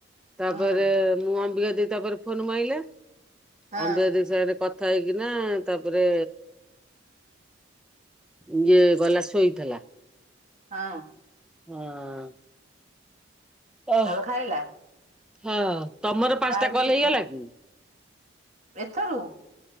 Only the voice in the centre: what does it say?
ତାପରେ
ମୁଁ ଅମ୍ବିକା ଦେଇ ତାପରେ ଫୋନ ମାଇଲା।
ଅମ୍ୱିକା ଦେଇ ସାଙ୍ଗରେ କଥା ହେଇକିନା। ତାପରେ ଇଏ ଗଲା ଶୋଇଥିଲା।
ଉଁ ଆଁ ଓଃ
ହଁ ତମର ପାଞ୍ଚଟା
କଲ
ହେଇଗଲା କି?